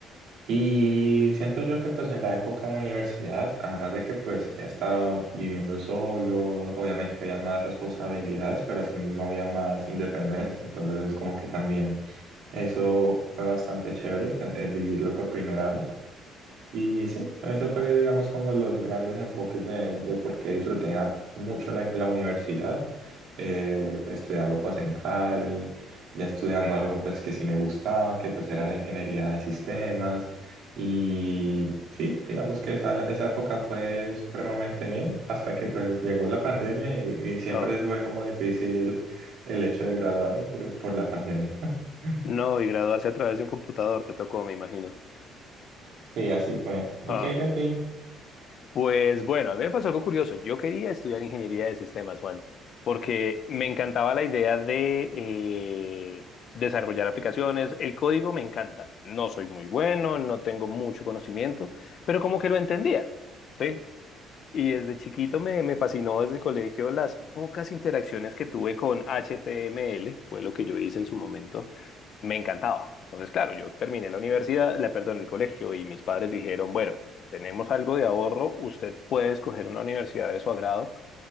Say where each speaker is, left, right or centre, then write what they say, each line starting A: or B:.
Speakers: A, on the right (about 60°); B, on the left (about 45°).
A: Y siento yo que pues en la época de universidad, además de que pues ya estaba viviendo solo, obviamente había más responsabilidades, pero asimismo había más independencia, entonces como que también eso fue bastante chévere, se- eh, vivirlo por primera vez. Y sí, eso fue, digamos, como los grandes enfoques de, de por qué disfruté a- mucho la, la universidad, eh, estudiando pues en Cali, ya estudiando algo pues que sí me gustaba, que pues era la ingeniería de sistemas. Y sí, digamos que esa, esa época fue supremamente bien, hasta que pues llegó la pandemia y, y siempre
B: Ah,
A: fue como difícil el hecho de graduarme por, por la pandemia. <laughs>
B: no, y graduarse a través de un computador te tocó, me imagino.
A: Sí, así fue. ¿Y
B: Ah.
A: qué hay de ti?
B: Pues bueno, a mí me pasó algo curioso. Yo quería estudiar ingeniería de sistemas, Juan, porque me encantaba la idea de eh, desarrollar aplicaciones. El código me encanta. No soy muy bueno, no tengo mucho conocimiento, pero como que lo entendía. ¿sí? Y desde chiquito me, me fascinó desde el colegio las pocas interacciones que tuve con HTML, fue lo que yo hice en su momento, me encantaba. Entonces, claro, yo terminé la universidad, la, perdón, el colegio y mis padres dijeron, bueno, tenemos algo de ahorro, usted puede escoger una universidad de su agrado